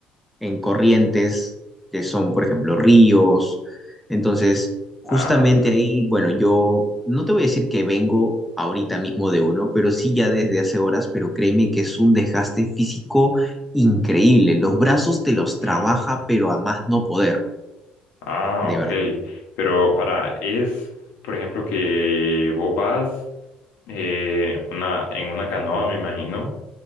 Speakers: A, in the centre; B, on the left.
A: en corrientes, que son, por ejemplo, ríos. Entonces, justamente
B: Ah,
A: ahí, bueno, yo no te voy a decir que vengo ahorita mismo de uno, pero sí ya desde hace horas, pero créeme que es un desgaste físico increíble. Los brazos te los
B: mm,
A: trabaja, pero a más no poder,
B: ah,
A: de
B: ok.
A: verdad.
B: Pero para, es, por ejemplo, que vos vas eh, una, en una canoa, me imagino,